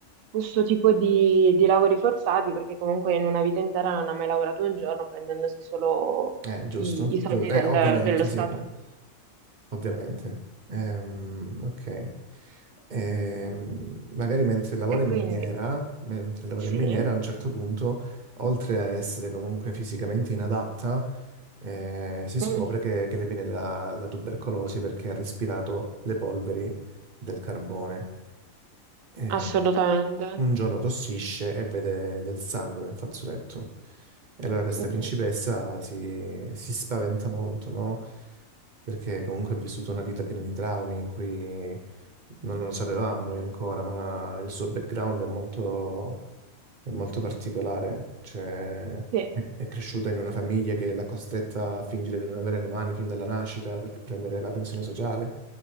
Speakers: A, on the right; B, on the right.
A: questo tipo di, di lavori forzati, perché comunque in una vita intera non ha mai lavorato un giorno, prendendosi solo
B: Eh, giusto,
A: i, i soldi
B: giu-
A: del-
B: eh, ovviamente,
A: dello Stato.
B: sì, eh, ovviamente. Ehm, ok. Ehm, magari mentre lavora
A: E quindi
B: in miniera, mentre lavora
A: sì,
B: in miniera, a un certo punto, oltre a essere comunque fisicamente inadatta, eh, si scopre
A: Mm,
B: che, che le viene la, la tubercolosi perché ha respirato le polveri del carbone. Eh,
A: assolutamente.
B: un giorno tossisce e vede del sangue nel fazzoletto. E allora questa
A: Mm,
B: principessa
A: mm.
B: si, si spaventa molto, no? Perché comunque ha vissuto una vita piena di traumi in cui non lo sapevamo noi ancora, ma il suo background è molto, è molto particolare. Cioè,
A: Sì.
B: è cresciuta in una famiglia che l'ha costretta a fingere di non avere le mani fin dalla nascita per prendere la pensione sociale.